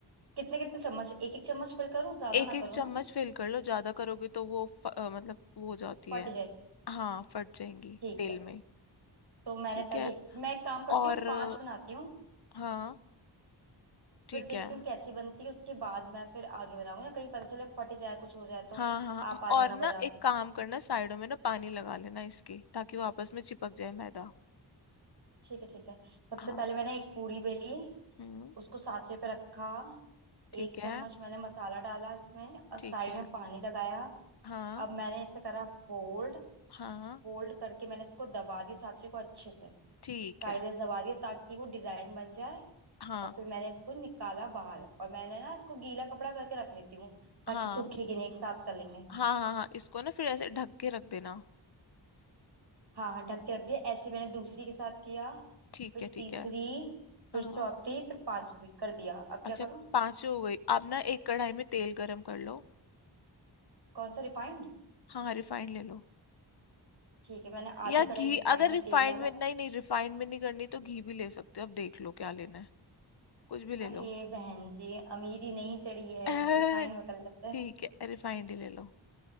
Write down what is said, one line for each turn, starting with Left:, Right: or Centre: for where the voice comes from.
Right: कितने कितने चम्मच एक एक चम्मच फिल करूँ ज्यादा
Left: एक
Right: ना
Left: एक
Right: करूँ
Left: चम्मच
Right: ना
Left: फिल कर लो ज्यादा करोगे तो वो फ, अ, मतलब वो हो जाती
Right: फट
Left: है
Right: जाएगी
Left: हाँ फट जाएंगी
Right: ठीक
Left: तेल
Right: है
Left: में
Right: तो मैंने
Left: ठीक
Right: पहले
Left: है
Right: मैं एक काम करती
Left: और
Right: हूँ पांच
Left: अ,
Right: बनाती हूँ
Left: हाँ ठीक
Right: फिर देखती
Left: है
Right: हूँ कैसी बनती है उसके बाद मैं फिर आगे बनाऊंगी ना कहीं पता चले फट जाए कुछ हो जाए तो
Left: हाँ हाँ
Right: आप
Left: म-
Right: आ
Left: और
Right: जाना
Left: ना
Right: बजाना
Left: एक काम करना साइडों में ना पानी लगा लेना इसके ताकि वो आपस में चिपक जाए मैदा
Right: ठीक है ठीक है सबसे
Left: हाँ
Right: पहले मैंने एक पूरी बेली
Left: हम्म
Right: उसको सांचे पे रखा एक
Left: ठीक
Right: चम्मच
Left: है
Right: मैंने मसाला डाला इसमें और साइड
Left: ठीक है
Right: में पानी लगाया
Left: हाँ
Right: अब मैंने इसे करा फोल्ड
Left: हाँ
Right: फोल्ड करके मैंने इसको दबा दिया सांचे को अच्छे से
Left: ठीक
Right: कायदे
Left: है
Right: से दबा दिया ताकि वो डिजाइन बन जाए
Left: हाँ
Right: और फिर मैंने इसको निकाला बाहर और मैंने ना इसको गीला कपड़ा करके रख लेती हूँ ताकि
Left: हाँ
Right: सूखेगी नहीं एक साथ कर लेंगे
Left: हाँ हाँ हाँ इसको ना फिर ऐसे ढक के रख देना
Right: हाँ हाँ ढक के रख दिया ऐसे ही मैंने दूसरी के साथ किया
Left: ठीक
Right: फिर
Left: है ठीक
Right: तीसरी
Left: है
Right: फिर
Left: हाँ
Right: चौथी फिर पांचवी कर दिया अब
Left: अच्छा
Right: क्या करूँ
Left: पांच हो गई आप ना एक कढ़ाई में तेल गरम कर लो
Right: कौन सा रिफाइंड
Left: हाँ रिफाइंड ले लो
Right: ठीक है मैंने आधी
Left: या घी
Right: कढ़ाई रिफाइंड
Left: अगर
Right: में
Left: रिफाइंड
Right: तेल डाला
Left: में नहीं नहीं रिफाइंड में नहीं करनी तो घी भी ले सकते हो अब देख लो क्या लेना है कुछ भी ले
Right: अरे
Left: लो
Right: बहन जी अमीरी नहीं चढ़ी है
Left: <laughs>
Right: रिफाइंड में कर लेते हैं
Left: ठीक है रिफाइंड ही ले लो